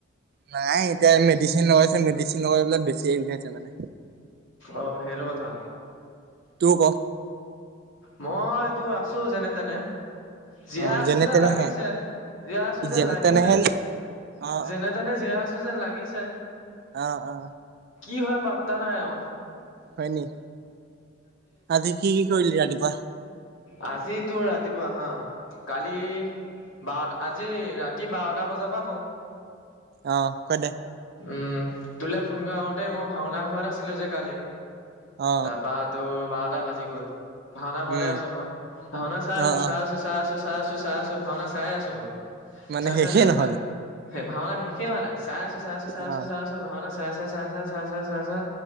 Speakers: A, on the right; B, on the left.
A: নাই এতিয়া মেডিচিন লগাইছে মেডিচিন লগাই পেলাই বেছিইছে মানে।
B: অঁ, সেইটো কথা।
A: তোৰ ক?
B: মইটো আছো যেনে তেনে। জীয়াই
A: অ
B: আছো
A: যেনে
B: যেন
A: তেনেহে
B: লাগিছে। জীয়াই আছো
A: কি
B: যেন
A: যেনে
B: লাগিছে।
A: তেনেহে নি? অ
B: যেনে-তেনে যিয়াই আছো যেন লাগিছে।
A: আহ, অ।
B: কি হয় পাত্তা নাই আও
A: হয়নি আজি কি, কি কৰিলি ৰাতিপুৱা?
B: আজিতো ৰাতিপুৱা হা, কালি বাৰটা আজি ৰাতি বাৰটা বজাৰ পৰা কওঁ।
A: অ, কৈ দে
B: উম, তোলে ফোন কৰোঁতে দেই মই ভাওনা ঘৰত আছিলো যে কালি।
A: অ
B: তাৰপা তোৰ বাৰটা বাজি গ'ল। ভাওনা ঘৰতে
A: উম
B: আছো মই। ভাওনা চাই আছো,
A: অ
B: চাই
A: অ
B: আছো চাই আছো, চাই আছো, চাই আছো ভাওনা চাই আছো মই।
A: মানে
B: চাই
A: শেষেই
B: চাই চাই
A: নহল।
B: চাই সেই ভাওনা শেষে হোৱা নাই। চাই আছো, চাই আছো, চাই
A: অ
B: আছো, চাই আছো ভাওনা চাই, চাই, চাই, চাই চাই চাই